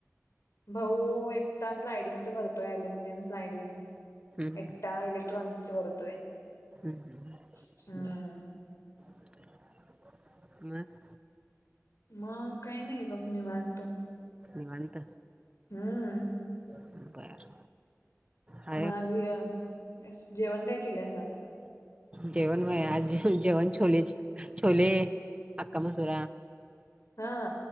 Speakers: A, on the left; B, on the right.
A: भाऊ एकटा स्लायडिंगच करतोय अल्युमिनियम स्लायडिंग.
B: हं
A: एकटा इलेक्ट्रानिक्सच करतोय.
B: हम्म
A: हम्म
B: हम बरं मग
A: मग काही नाही बघ निवांत.
B: निवांत
A: हम्म
B: बर बर हाय
A: मग आज ह्या असं जेवण काय केल्यास आज?
B: जेवण होय, आज जेवण छोले- छोले, अक्का मसुरा
A: हा